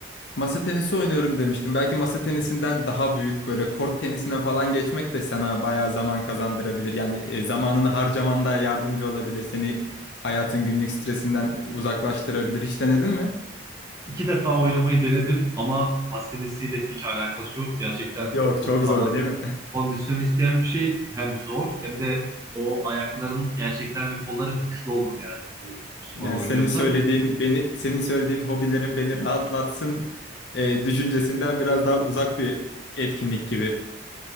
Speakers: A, on the left; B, on the right.
A: Masa tenisi oynuyorum demiştim. Belki masa tenisinden daha büyük böyle kort tenisine falan geçmek de sana bayağı zaman kazandırabilir. Yani e, zamanını harcaman da yardımcı olabilir. Seni hayatın günlük stresinden uzaklaştırabilir. Hiç denedin mi?
B: İki defa oynamayı denedim ama masa tenisiyle hiç alakası yok. Gerçekten
A: Yok
B: çok
A: çok
B: sağlam
A: zor değil mi? <laughs>
B: kondisyon isteyen bir şey. Hem zor hem de o ayakların gerçekten ve kolların güçlü olmalı yani bu spor
A: Yani
B: oynuyorsan.
A: senin söylediğin beni senin söylediğin hobilerin beni rahatlatsın e, düşüncesinden biraz daha uzak bir etkinlik gibi.